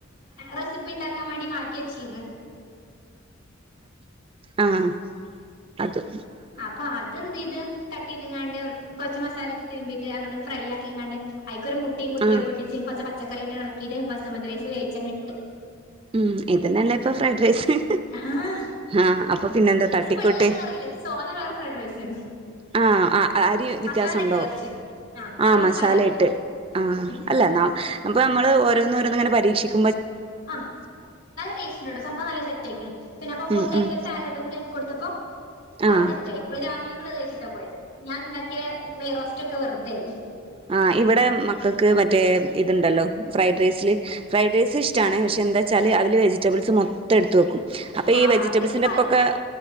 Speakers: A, on the left (about 65°); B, on the right (about 25°).
A: റെസിപ്പി പിന്നെ ണ്ടാക്കാൻ വേണ്ടി മാറ്റി ചേച്ചിന്ന്
B: ആഹ് അതും
A: അപ്പം അതെന്തിത് തട്ടി തിന്നാണ്ട് കുറച്ചു മസാല ഒക്കെ തിരുമ്പി അങ്ങട് ഫ്രൈ ആക്കിയിങ്ങട് ഐക്യ മുട്ടിയും കുത്തിപ്പൊട്ടിച്ച്
B: ആഹ്
A: കുറച്ചു പച്ചക്കറിയിളക്ക ഇത് ബസുമതി റൈസ് വേവിച്ച് അങ്ങിട്ട്
B: മ് ഇതുതന്നെയല്ലേ അപ്പം ഫ്രൈഡ് റൈസ്
A: ആഹ്
B: ആഹ് അപ്പൊ പിന്നെന്താ തട്ടിക്കൂട്ടി
A: വെള്ള കളറല്ല ഇത് ചോന്ന വേറെ ഫ്രൈഡ് റൈസ്
B: ആ അരി വ്യത്യാസം
A: മസാല
B: ഉണ്ടോ
A: ഇട്ട് കൊറച്ച് ആഹ് കൊറച്ച്
B: ആ മസാലയിട്ട്
A: മസാല ആക്കി
B: ആ
A: ഉം
B: അല്ല നമ്- അപ്പം അമ്മള് ഓരോന്നോരോന്ന് ഇങ്ങനെ പരീക്ഷിക്കും-
A: ആ നല്ല ടേസ്റ്റ് ഉണ്ട് ട്ടോ സംഭവം നല്ല സെറ്റായിക്കണ് അപ്പം മോൾക്ക്
B: ഉം ഉം
A: ഒരു സാലഡുകൾ ഉണ്ടാക്കി കൊടുത്തപ്പോൾ ആള്
B: ആഹ്
A: സെറ്റായി അവള് രാവിലെയും കൂടെ അത് കഴിച്ചു ഴിച്ചിട്ടാപോയത് ഞാനുണ്ടാക്കിയ നെയ്യ്റോസ്റ്റ് ഒക്കെ വെറ് തേയി
B: ആ ഇവിടെ മക്കൾക്ക് മറ്റേ ഇതു ഉണ്ടല്ലോ ഫ്രൈഡ് റൈസിലെ ഫ്രൈഡ് റൈസ് ഇഷ്ടമാണ് പക്ഷേ എന്താച്ചാല് അതിലെ വെജിറ്റബിൾസ് മൊത്തം എടുത്തുവെക്കും അപ്പം
A: ആഹ്
B: ഈ വെജിറ്റബിൾസിന്റെ
A: അതായിട്ട്
B: ഒപ്പൊക്കെ